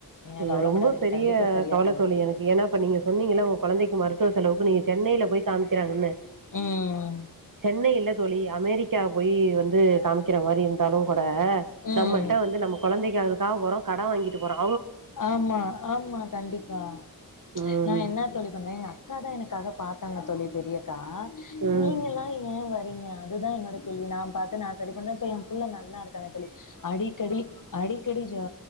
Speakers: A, on the left (about 60°); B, on the right (about 60°).
A: நீங்க
B: இவன்
A: கவலப்படாதீங்க
B: ரொம்ப பெரிய
A: கண்டிப்பா சரியாயிடு
B: கவலத் தோழி எனக்கு ஏனா இப்ப நீங்க சொன்னீங்க இல்ல உன் கொழந்தைக்கு மருத்துவ செலவுக்கு நீங்க சென்னைல போய் காமிக்கிறாங்க என்ன
A: ம்
B: சென்னை இல்ல தோழி அமெரிக்கா போய் வந்து காமிக்கிற மாரி இருந்தாலு ப
A: ம்
B: நம்மள்ட்ட வந்து நம்ம கொழந்தைக்களுக்காக போறோ கடன் வாங்கிட்டு போறான்
A: ஆமா ஆமா கண்டிப்பா
B: ம்
A: நா என்னா தோழி பண்னேன் எங்க அக்காதா எனக்காக பாத்தாங்க தோழி பெரி க்கா
B: ம்
A: நீங்கெல்லா ஏன் வரீங்க அதுதா என்னோட கேள்வி நா பாத் நா சரி பண்ற சொல்லி என் புள்ள நல்லா இருக்கனு தோழி அடிக்கடி அடிக்கடி ஜொ